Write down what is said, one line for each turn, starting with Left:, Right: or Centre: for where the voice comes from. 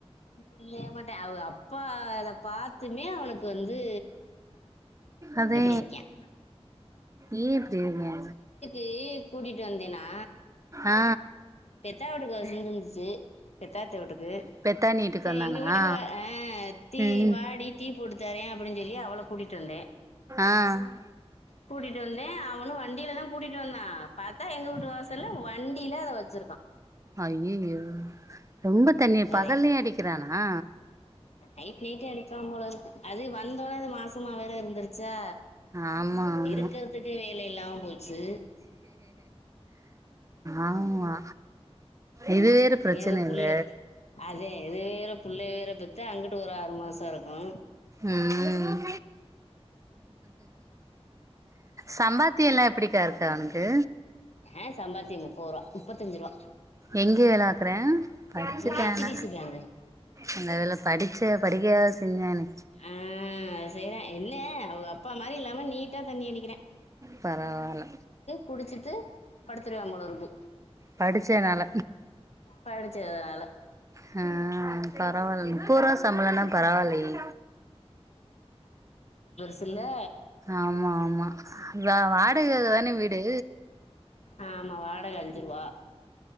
Left: ருந்தவே மாட்டே அவுக அப்பா இத பாத்துமே அவனுக்கு வந்து
Right: அதே
Left: எப்படி இருக்கேன்
Right: ஏ இப்டி இருக்கியா
Left: ஏ கூட்டிட்டு வந்தேனா
Right: ஆ
Left: பெத்தா வீட்டுக்கு வ இருந்துச்சு பெத்தாத்த வீட்டுக்கு
Right: பெத்தானி வீட்டுக்கு
Left: செரி
Right: வந்தானா
Left: எங்க வீட்டுக்கு வ ஆ தி
Right: ம்
Left: வாடி தரே அப்படின்னு சொல்லி அவள கூட்டிட்டு வந்தே
Right: ஆ
Left: கூட்டிட்டு வந்தே அவனு வண்டிலதா கூட்டிட்டு வந்தா பாத்தா எங்க வீட்டு வாசல்ல வண்டியில அத வச்சிருக்
Right: ஐயயோ ரொம்ப தண்ணி பகல்லயே
Left: அதே
Right: அடிக்கிறானா
Left: நைட் நைட்டே அடிப்பா போலருக்கு அது வந்தோனே அது மாசமா வேற இருந்துருச் சா
Right: ஆமா ஆமா
Left: இருக்குறதுக்கு வேலை இல்லாம போச்சு
Right: ஆமா இது வேற பிரச்சன
Left: அது புள்ள
Right: இல்ல
Left: அதே இது வேற புள்ளய வேற பெத்து அங்குட்டு ஒரு ஆறு மாச இருக்கு
Right: ம் சம்பாத்தியல்லா எப்படிக்கா இருக்கு அவனுக்கு
Left: ஆ சம்பாத்தியோ முப்பது ரூவா முப்பத்தஞ்சு ரூவா
Right: எங்க வேலைவாக்குறியா படிச்சுட்டா
Left: இங்க ஹெச்டிசி
Right: ஆனா
Left: பேங்க்
Right: நல்ல வேலை படிச்ச படிக்கவாது செஞ்சானே
Left: ஆ செய்றா என்ன அவுக அப்பா மாரி இல்லாம நீட்டா தண்ணி அடிக்கிறா
Right: பரவால்ல
Left: குடிச்சிட்டு படுத்துருவியாம் போல இருக்கு
Right: படிச்சேனால
Left: படிச்சதுனால
Right: ஹ பரவால்ல முப்பது ரூவா சம்பளம்னா பரவால்லையே
Left: துல்ல
Right: ஆமா ஆமா வாடகை தானே வீடு
Left: ஆமா வாடக அஞ்சுருவா